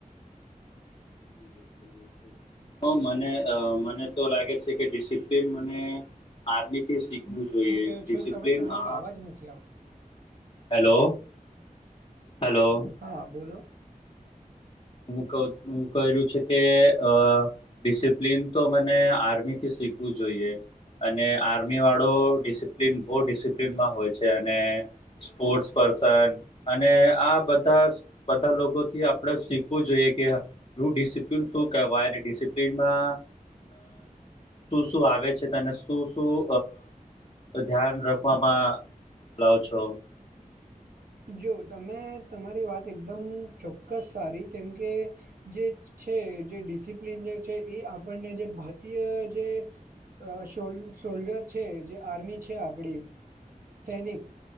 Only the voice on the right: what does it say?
શું કહો
છો તમે તમારો
અવાજ નથી આવતો
હા બોલો
જો તમે તમારી વાત એકદમ ચોક્કસ સારી કેમકે જે છે જે ડિડિપ્લિન જે છે એ આપણને જે ભારતીય જે શો <unintelligible> શોલ્ડર છે જે આર્મી છે આપડી સૈનિક